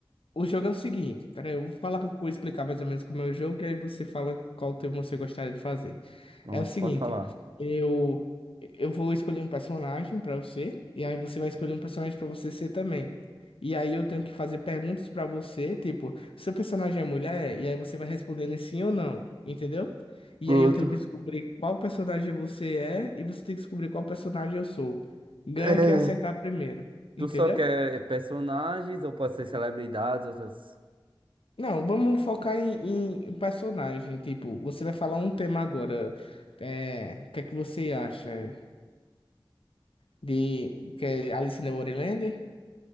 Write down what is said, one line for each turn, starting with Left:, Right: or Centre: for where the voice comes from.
Left: O jogo é o seguinte, peraí, eu vou falar, vou explicar mais ou menos como é o jogo, e aí você fala qual tema você gostaria de fazer.
Right: Pronto,
Left: É o seguinte,
Right: pode falar.
Left: eu eu vou escolher um personagem pra você, e aí você vai escolher um personagem pra você ser também. E aí eu tenho que fazer perguntas pra você, tipo, seu personagem é mulher? E aí você vai respondendo em sim ou não, entendeu? E
Right: Pronto.
Left: aí eu tenho que descobrir qual personagem você é, e você tem que descobrir qual personagem eu sou. Ganha
Right: É,
Left: quem acertar primeiro,
Right: Tu
Left: entendeu?
Right: só quer personagens ou pode ser celebridades, outras?
Left: Não, vamos focar em, em personagem. Tipo, você vai falar um tema agora. É, o que é que você acha de que é Alice in the Borderland?